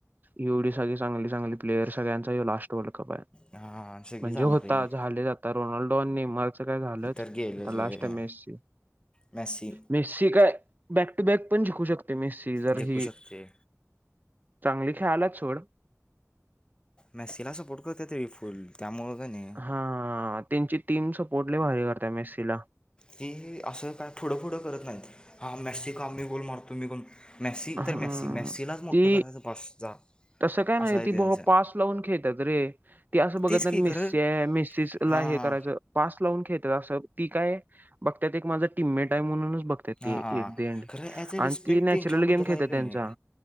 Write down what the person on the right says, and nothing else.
एवढी सग चांगली चांगली प्लेअर सगळ्यांचा यो लास्ट वर्ल्ड कप हायं.
म्हणजे
होता
झाले आता रोनाल्डो नेमाळ सगळं झालचं
आतां
लास्टयं मेस्सी
मेसी सी काय बॅक टू बॅक पण जिकू शकते मेस्सी जर
ही
चांगली खेळाल्यात सोड.
हा तेंचि टीम सपोर्ट लयं भारी करतीय मेस्सीला.
हा
ती
तसं काय नाही
ती
बाबा पास लावून खेळतात रे ती असं बघत
नाही
मिसी
हायं मेसीला
हे करायचं पासं लावून खेळतात असं ती काय बघत्यात एक माझं टीममेट आहे म्हणूनच बघ बगत्याती
एट देडं
आणि ती नॅचरल
गेम खेळतात
त्यांचा